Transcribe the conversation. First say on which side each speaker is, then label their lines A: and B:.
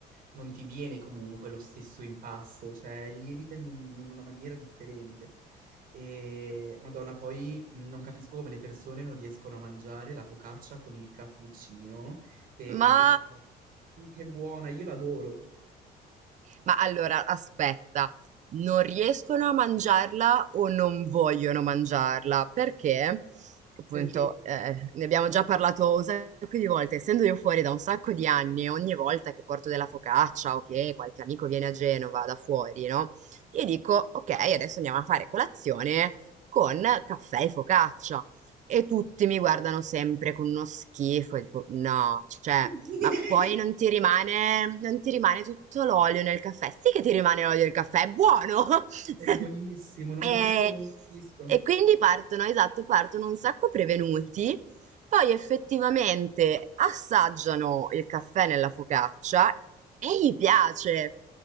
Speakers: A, on the right; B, on the right.
A: non ti viene comunque lo stesso impasto, cioè lievita in, un- in una maniera differente. E Madonna, poi mh, non capisco come le persone non riescono a mangiare la focaccia con il cappuccino, che io...
B: Ma
A: Che buona, io l'adoro,
B: Ma allora, aspetta, non riescono a mangiarla o non vogliono mangiarla? Perché, appunto,
A: perché
B: eh, ne abbiamo già parlato un sacco di volte, essendo io fuori da un sacco di anni, ogni volta che porto della focaccia o che qualche amico viene a Genova da fuori, no? Io dico, ok, adesso andiamo a fare colazione con caffè e focaccia. E tutti mi guardano sempre con uno schifo, tipo, no, cioè...
A: <laughs>
B: Ma poi non ti rimane, non ti rimane tutto l'olio nel caffè. Sì che ti rimane l'olio del caffè, è buono! <laughs>
A: è buonissimo, non
B: E,
A: capiscono, non capiscono.
B: e quindi partono, esatto, partono un sacco prevenuti, poi effettivamente assaggiano il caffè nella focaccia e gli piace.